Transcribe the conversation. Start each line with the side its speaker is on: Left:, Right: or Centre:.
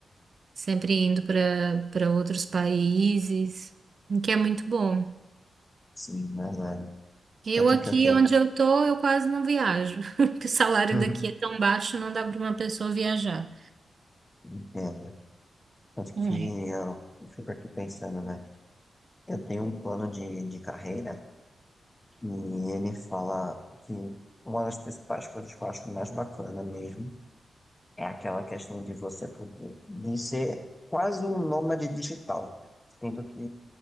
Right: sempre indo para para outros países, o que é muito bom.
Left: Sim, é verdade.
Right: Eu
Left: Tanto
Right: aqui
Left: que eu tenho.
Right: onde eu tô, eu quase não viajo, <laughs> porque o salário
Left: <laughs>
Right: daqui é tão baixo, não dá para uma pessoa viajar.
Left: Entendo. Tanto
Right: Não
Left: que
Right: é?
Left: eu eu fico aqui pensando, né? Eu tenho um plano de, de carreira E ele fala que uma das principais coisas que eu acho mais bacana mesmo é aquela questão de você poder, de ser quase um nômade digital. Sendo que